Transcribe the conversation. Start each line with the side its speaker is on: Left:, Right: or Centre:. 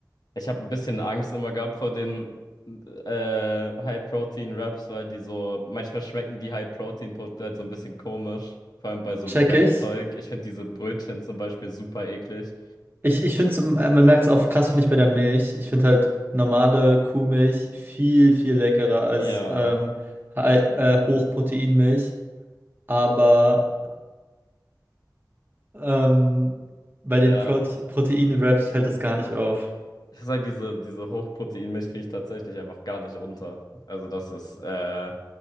Left: Ich habe ein bisschen Angst immer gehabt vor den äh, High-Protein-Wraps, weil die so, manchmal schmecken die High-Protein-Produkte halt so ein bisschen komisch. Vor allem bei so
Right: Check
Left: Gebäckzeug.
Right: ich.
Left: Ich finde diese Brötchen zum Beispiel super eklig.
Right: Ich, ich finde es, man merkt es auch krass, finde ich, bei der Milch. Ich finde halt normale Kuhmilch viel, viel leckerer als
Left: Ja,
Right: ähm, hi- äh, Hochproteinmilch. Aber ähm, bei
Left: ja.
Right: den Prote Protein-Wraps fällt das gar nicht auf.
Left: Ich sag, diese, diese Hochproteinmilch kriege ich tatsächlich einfach gar nicht runter. Also das ist, äh,